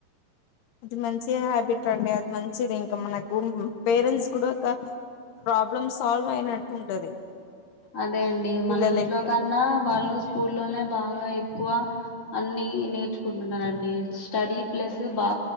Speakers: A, on the left (about 80°); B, on the left (about 20°).
A: అది మంచి హ్యాబిట్ అండి అది మంచిది ఇంకా మనకు పేరెంట్స్ కూడా ఒక ప్రాబ్లమ్ సాల్వ్ అయినట్టు ఉంటది
B: అదే అండి
A: పిల్లలకి
B: మన ఇంట్లో కన్నా వాళ్ళు స్కూల్లోనే బాగా ఎక్కువ అన్ని నేర్చుకుంటున్నరండి స్టడీ ప్లస్ బా